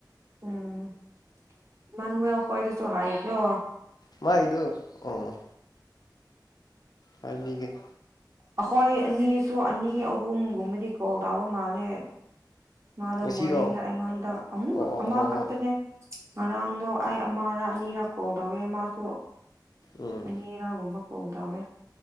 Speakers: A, on the right; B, on the left.
A: ꯎꯝ ꯃꯥꯟ ꯀꯣꯏꯗꯁꯨꯣ ꯍꯥꯏꯥꯏ ꯀꯣ
B: ꯃꯥ ꯏꯗꯨ ꯑꯣ ꯍꯥꯏꯕꯤꯒꯦ
A: ꯑꯩꯈꯣꯏ ꯑꯅꯤꯁꯨ ꯑꯅꯤ ꯑꯍꯨꯝꯒꯨꯝꯕꯗꯤ ꯀꯣꯜ ꯇꯥꯕ ꯃꯥꯜꯂꯦ ꯃꯥꯗꯣ
B: ꯉꯁꯤꯔꯣ
A: ꯃꯣꯔꯅꯤꯡꯅ ꯑꯩꯉꯣꯟꯗ ꯑꯃꯨ
B: ꯑꯣ ꯑꯣ
A: ꯑꯃ
B: ꯍꯣ
A: ꯈꯛꯇꯅꯦ
B: ꯍꯣꯏ
A: ꯉꯔꯥꯡꯗꯣ ꯑꯩ ꯑꯃꯔ ꯑꯅꯤꯔꯥ ꯀꯣꯜ ꯇꯧꯋꯦ ꯃꯥꯁꯨ
B: ꯎꯝ
A: ꯍꯔꯥꯒꯨꯝꯕ ꯀꯗꯋꯦ